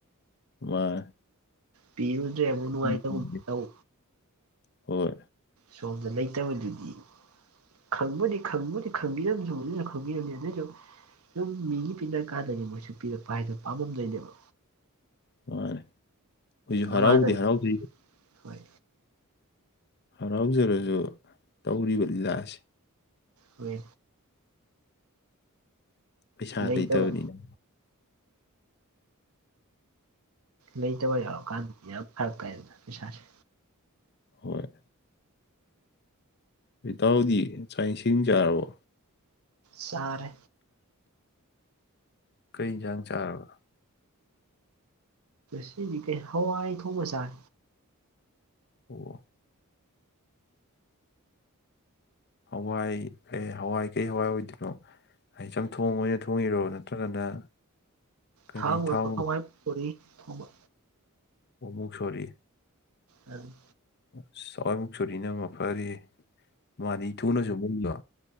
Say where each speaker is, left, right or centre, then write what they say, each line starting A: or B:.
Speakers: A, on the left; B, on the right.
A: ꯋꯥ
B: ꯄꯤꯔꯨꯗ꯭ꯔꯦ ꯃꯅꯅꯨꯡꯉꯥꯏꯇ
A: ꯈꯪꯗꯦ
B: ꯇꯑꯣ
A: ꯍꯣꯏ
B: ꯁꯣꯝꯗ ꯂꯩꯇꯕꯗꯨꯗꯤ ꯈꯪꯕꯨꯗꯤ ꯈꯪꯕꯨꯗꯤ ꯈꯪꯕꯤꯔꯝꯁꯨ ꯑꯗꯨꯁꯨ ꯈꯪꯕꯤꯔꯝꯅꯤ ꯑꯗꯨꯁꯨ ꯁꯨꯝ ꯃꯤꯒꯤ ꯄꯤꯅꯔ ꯀꯥꯟꯗꯗꯤ ꯃꯣꯏꯁꯨ ꯄꯤꯔꯛꯄ ꯍꯥꯏꯗꯣ ꯄꯥꯝꯃꯝꯗꯣꯏꯅꯦꯕ
A: ꯃꯥ ꯍꯧꯖꯤꯁꯨ
B: ꯅꯃꯥꯟꯅꯕꯤ
A: ꯍꯔꯥꯎꯗꯤ ꯍꯔꯥꯎꯗ
B: ꯍꯣꯏ
A: ꯍꯔꯥꯎꯖꯔꯁꯨ ꯇꯧꯔꯤꯕ ꯂꯤꯂꯥ ꯑꯁꯤ
B: ꯍ
A: ꯄꯩꯁꯥ
B: ꯂꯩ
A: ꯂꯩꯇꯕꯅꯤꯅ
B: ꯆꯕ ꯂꯩꯇꯕ ꯌꯥꯎꯔꯀꯥꯟꯗꯗꯤ ꯌꯥꯝ ꯐꯔꯛꯇꯦꯗꯅ ꯄꯩꯁꯥꯁꯦ
A: ꯍꯣꯏ ꯇꯥꯎꯗꯤ ꯆꯥꯛ ꯏꯁꯤꯡ ꯆꯥꯔꯕꯣ
B: ꯁꯥꯔꯦ
A: ꯀꯔꯤ ꯌꯦꯟꯁꯥꯡ ꯆꯥꯔꯕ
B: ꯁꯤꯗꯤ ꯀꯩ ꯍꯋꯥꯏ ꯊꯣꯡꯕ ꯆꯥꯏ
A: ꯑꯣ ꯍꯋꯥꯏ ꯀ ꯍꯋꯥꯏ ꯀꯩ ꯍꯋꯥꯏ ꯑꯣꯏꯗꯣꯏꯅꯣ ꯍꯥꯏꯗꯤ ꯏꯆꯝ ꯊꯣꯡ ꯑꯣꯏꯅ ꯊꯣꯡꯉꯤꯔꯣ ꯅꯠꯇ꯭ꯔꯒꯅ ꯀꯔꯤ
B: ꯊꯥ
A: ꯊꯥꯎ
B: ꯄ ꯈꯥꯏ ꯄ ꯊꯥꯎꯕ
A: ꯑꯣꯃꯨꯛ ꯁꯣꯔꯤ
B: ꯎꯝ
A: ꯑꯁꯋꯥꯏꯃꯨꯛ ꯁꯨꯔꯤꯅꯃ ꯐꯔꯤ ꯃꯥꯗꯤ ꯊꯨꯅꯁꯨ ꯃꯨꯟꯗꯣ